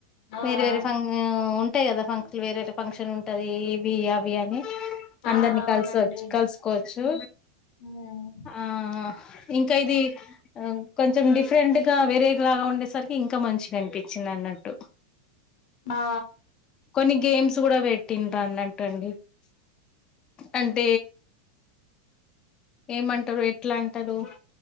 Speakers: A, on the left; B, on the left.
A: ఆ
B: వేరే వేరే ఫంన్ ఉంటాయి కదా ఫంక్షన్ వేరే వేరే ఫంక్షన్ ఉంటది ఇవి అవి అని
A: ఆ
B: అందరినీ
A: అవునండి
B: కలిసొచ్చ కలుసుకోవచ్చు
A: ఉమ్
B: ఆ ఇంకా ఇది కొ కొంచెం డిఫరెంట్ గా వేరే లాగా ఉండేసరికి ఇంకా మంచిగా అనిపించింది అన్నట్టు
A: ఆ
B: కొన్ని గేమ్స్ కూడా పెట్ పట్టిన్ రన్నట్టు అండి అంటే ఏమంటారు ఎట్లా అంటారు